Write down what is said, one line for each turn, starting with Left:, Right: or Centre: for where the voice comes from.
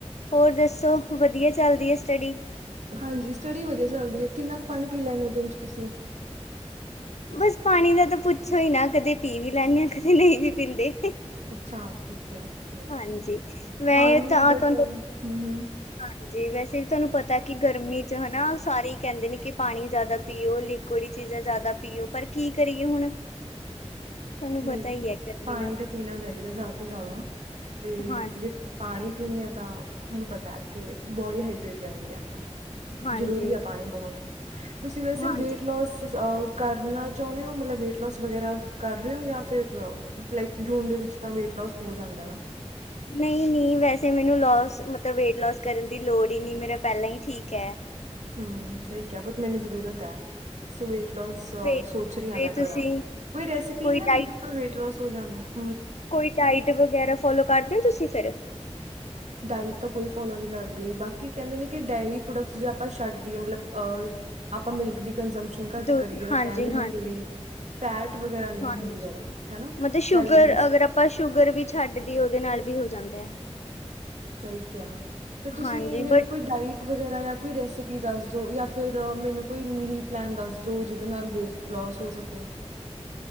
Left: ਹੋਰ ਦੱਸੋ। ਦਸੋ। ਵਧੀਆ ਚੱਲਦੀ ਹੈ ਸਟੱਡੀ
Right: ਹਾਂਜੀ। ਸਟੱਡੀ ਵਧੀਆ ਚੱਲਦੀ ਹੈ ।ਕਿੰਨਾ ਕੁ ਪਾਣੀ ਪੀ ਲੈਂਦੇ। ਉਹ ਦਿਨ 'ਚ ਤੁਸੀਂ
Left: ਬਸ ਪਾਣੀ ਦਾ ਤਾਂ ਪੁੱਛੋ ਹੀ ਨਾ ਕਦੇ ਪੀ ਵੀ ਲੈਂਦੇ ਆਂ। ਕਦੇ ਨਹੀਂ ਵੀ ਪੀਂਦੇ
Right: ਅੱਛਾ। ਠੀਕ ਓ -ਓਕੇ,
Left: ਹਾਂਜੀ, ਮੈਂ
Right: ਪਾਣੀ
Left: ਤਾਂ
Right: ਬਟ,
Left: ਤੁਹਾਨੂੰ
Right: ਹਮ- ਹਮ
Left: ਹਾਂਜੀ। ਵੈਸੇ ਵੀ ਤੁਹਾਨੂੰ ਪਤਾ ਕਿ ਗਰਮੀ ਚ' ਹਨਾ ਸਾਰੇ ਹੀ ਕਹਿੰਦੇ ਨੇ ਕਿ ਪਾਣੀ ਜ਼ਿਆਦਾ ਪੀਓ। ਲਿਕੁਡ ਚੀਜ਼ਾਂ ਜ਼ਿਆਦਾ ਪੀਓ ।ਪਰ ਕੀ ਕਰੀਏ, ਹੁਣ ਤੁਹਾਨੂੰ
Right: ਨਹੀਂ,
Left: ਪਤਾ ਹੀ ਹੈ ਗਰਮੀ
Right: ਪਾਣੀ
Left: ਦਾ
Right: ਤਾਂ ਪੀਣਾ ਚਾਹੀਦਾ। ਜ਼ਿਆਦਾ ਤੋਂ ਜ਼ਿਆਦਾ ਤੇ
Left: ਹਾਂ
Right: ਜੇ ਪਾਣੀ ਪੀਦੇ ਹਾਂ। ਤਾਂ ਤੁਨੂੰ ਪਤਾ ਹੈ। ਕਿ ਬੋਡੀ ਹਾਈਡਰੇਟ ਰਹਿੰਦੀ ਹੈ। ਤਾਂ
Left: ਹਾਂਜੀ
Right: ਜ਼ਰੂਰੀ ਆ ਪਾਣੀ ਬਹੁਤ ਤੁਸੀਂ ਵੈਸੇ
Left: ਹਾਂਜੀ
Right: ਵੇਟ ਲੋਸ ਅ ਕਰਨਾ ਚਾਹੁੰਦੇ ਹੋ ਮਤਲਬ ਵੇਟ ਲੋਸ ਵਗੈਰਾ ਕਰ ਕਰ ਰਹੇ ਹੋ ਜਾਂ ਫਿਰ ਲਾਈਕ ਜੂਨ ਦੇ ਵਿੱਚ ਤਾਂ ਵੇਟ ਲੋਸ ਹੋ ਜਾਂਦਾ ਨਾ
Left: ਨਹੀਂ ਨਹੀਂ ਵੈਸੇ ਮੈਨੂੰ ਲੋਸ ਮਤਲਬ ਵੇਟ ਲੋਸ ਕਰਨ ਦੀ ਲੋੜ ਹੀ ਨਹੀਂ, ਮੇਰਾ ਪਹਿਲਾਂ ਹੀ ਠੀਕ ਹੈ।
Right: ਹੂ ਸਹੀ ਕਿਹਾ ਬਟ ਮੈਨੂੰ ਜ਼ਰੂਰਤ ਹੈ। ਸੋ ਵੇਟ-
Left: ਤੇ
Right: ਸੋਚ ਰਹੀ
Left: ਤੇ
Right: ਹ ਮੈਂ
Left: ਤੁਸੀਂ
Right: ਕਰਾਂ ਕੋਈ ਰੈਸਪੀ
Left: ਕੋਈ
Right: ਹੈ।
Left: ਡਾਈਟ
Right: ਜਿਹਦੇ ਨਾਲ ਵੇਟ ਲੋਸ <unintelligible>
Left: ਕੋਈ ਡਾਈਟ ਵਗੈਰਾ ਫੋਲੋ ਕਰਦੇ ਹੋ ਤੁਸੀ ਫਿਰ
Right: ਡਾਇਟ ਤਾਂ ਕੋਈ ਫੋਲੋ ਨੀ ਕਰਦੇ, ਬਾਕੀ ਕਹਿੰਦੇ ਨੇ ਕਿ ਡੇਰੀ ਪ੍ਰੋਡਕਟਸ ਜੇ ਆਪਾਂ ਛੱਡ ਮਤਲਬ ਆਪਾਂ ਮਿਲਕ ਦੀ ਕੰਜ਼ੰਪਸ਼ਨ ਘੱਟ
Left: ਦ
Right: ਕਰੀਏ ਤਾਂ
Left: ਹਾਂਜੀ
Right: ਕਹਿੰਦੇ
Left: ਹਾਂਜੀ
Right: ਨੇ ਕਿ ਵੀ ਫੈਟ ਵਗੈਰਾ ਨਹੀਂ
Left: ਹਾਂਜੀ
Right: ਹੁੰਦੀ ਜ਼ਿਆਦਾ ਹੈ ਨਾ
Left: ਮਤਲਬ ਸ਼ੂਗਰ
Right: ਕੈਲੋਰੀਜ਼
Left: ਅਗਰ ਆਪਾਂ ਸ਼ੂਗਰ ਵੀ ਛੱਡ ਦੀ ਉਹਦੇ ਨਾਲ ਵੀ ਹੋ ਜਾਂਦਾ ਹੈ।
Right: ਸਹੀ ਕਿਹਾ ਫਿਰ ਤੁਸੀਂ
Left: ਹਾਂਜੀ
Right: ਮੈਨੂੰ
Left: ਬਟ
Right: ਕੋਈ ਡਾਇਟ ਵਗੈਰਾ ਜਾਂ ਕੋਈ ਰੈਸਿਪੀ ਦੱਸ ਦਿਉ ਜਾਂ ਫਿਰ ਮੈਨੂੰ ਕੋਈ ਮੀਲ ਪਲੈਨ ਦੱਸ ਦਿਉ ਜਿਹਦੇ ਨਾਲ ਵੇਟ ਲੋਸ ਹੋ ਸਕੇ